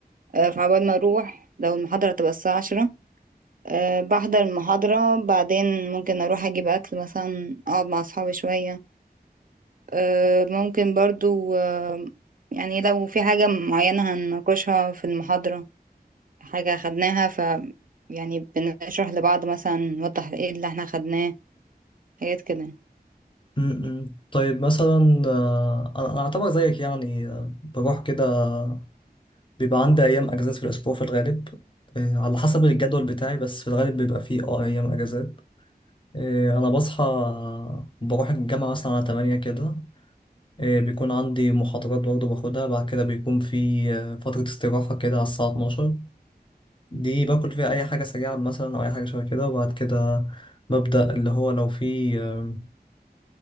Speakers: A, on the right; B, on the left.
A: أه فعبال ما أروح لو المحاضرة تبقى الساعة عشرة أه بحضر المحاضرة بعدين ممكن أروح أجيب أكل مثلا أقعد مع أصحابي شوية أه ممكن برضو أه يعني لو في حاجة معينة هنناقشها في المحاضرة حاجة خدناها ف يعني بنشرح لبعض مثلا نوضح ايه اللي احنا خدناه حاجات كده
B: م- م. طيب مثلا آه، أنا أنا أعتبر زيك يعني آه، بروح كده بيبقى عندي أيام أجازات في الأسبوع في الغالب آه، على حسب الجدول بتاعي بس في الغالب بيبقى فيه اه أيام أجازات آه، أنا بصحى آه، بروح الجامعة مثلا على تمانية كده آه، بيكون عندي محاضرات برضه باخدها بعد كده بيكون في آه، فترة استراحة كده على الساعة 12 دي باكل فيها أي حاجة سريعة مثلا أو أي حاجة شبه كده وبعد كده ببدأ اللي هو لو في آه،